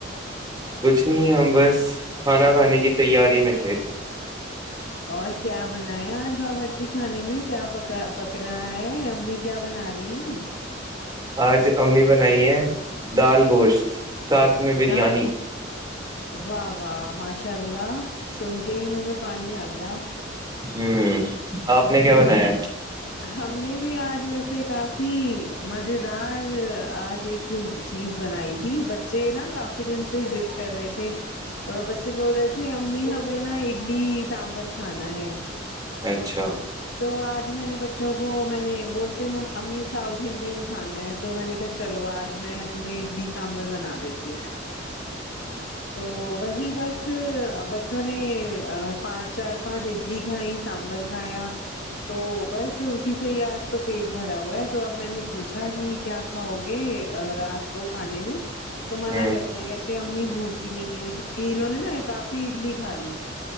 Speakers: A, on the right; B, on the left.
A: کچھ نہیں ہم بس کھانا کھانے کی تیاری میں تھے
B: <inaudible> اور کیا بنا ہے آج باورچی خھانے میں کیاکا پک رہا ہے امی کیا بنا رہی ہیں
A: آج امی بنائی ہے دال گوشت ساتھ میں بریانی
B: دا واہ واہ ماشاء اللہ سن کے ہی منہ میں پانی آ گیا
A: ہوں آپ نے کیا بنایا
B: ہم نے بھی آج ویسے کافی مز دار آج ایک چیز بنائی تھی جی بچے نا کافی دن سے ضد کر رہے تھے بچے بول رہے تھے امی ہمیں نا اڈلی سانبر کھانا ہے
A: اچھا
B: تو آج میں نے ج وہ میں نے بولتے امی ساؤتھ انڈین کھانا ہے تو میں نے کہا چلو آج میں تو میں اڈلی سانبر بنا دیتی ہوں تو وہی بس بچوں نے پانچ چار پانچ اڈلی کھائی سانبر کھایا تو بس اسی سے ہی آج تو پیٹ بھرا ہوا ہے تو اب میں نے پوچھا کہ کیا کھاؤ گے رات کو کھانے میں تو منع
A: ہ
B: کر رہے ہیں کہتے امی بھوک نہیں ہے کیونکہ انہوں نے نا کافی اڈلی کھا لی